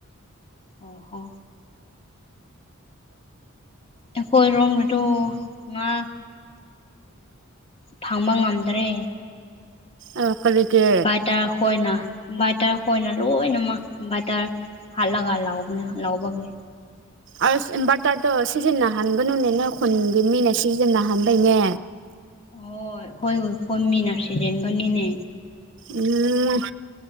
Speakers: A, on the left; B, on the right.
A: ꯑꯣ ꯍꯣ ꯑꯩꯈꯣꯏ ꯔꯣꯝ ꯠꯇ ꯃꯥ ꯐꯪꯕ ꯉꯝꯗ꯭ꯔꯦ
B: ꯑ ꯀꯂꯒꯦ
A: ꯕꯇꯔ ꯍꯣꯏꯅ ꯕꯇꯔ ꯍꯣꯏꯅ ꯂꯣꯏꯅꯃ ꯕꯥꯇꯔ ꯍꯜꯂꯒ ꯂꯥꯎꯅꯦ ꯂꯧꯕꯒꯦ
B: ꯑ ꯚꯔꯇꯔꯗꯣ ꯁꯤꯖꯤꯟꯅꯍꯟꯒꯅꯨꯅꯦ ꯅ ꯈꯨꯟꯒꯤ ꯃꯤꯅ ꯁꯤꯖꯤꯟꯅꯍꯟꯕꯩꯅꯦ
A: ꯍ ꯍꯣꯏ ꯍꯣꯏꯈꯣꯏ ꯃꯤꯅ ꯁꯤꯖꯤꯦꯟꯕꯅꯤꯅꯦ
B: ꯎꯝ